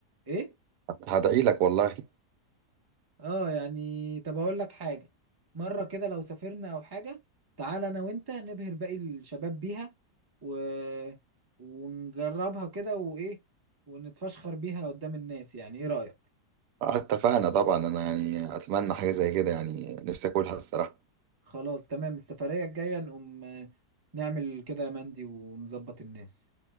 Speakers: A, on the right; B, on the right.
A: إيه
B: هدعي لك والله
A: اه يعني طب اقول لك حاجه مره كده لو سافرنا او حاجه تعال انا وانت نبهر باقي الشباب بيها و... ونجربها كده وايه ونتفشخر بيها قدام الناس يعني ايه رايك
B: اتفقنا طبعا انا يعني اتمنى حاجة زي كده يعني نفسي اكلها الصراحة
A: خلاص تمام السفريه الجايه نقوم آه، نعمل كده يا مندي ونظبط الناس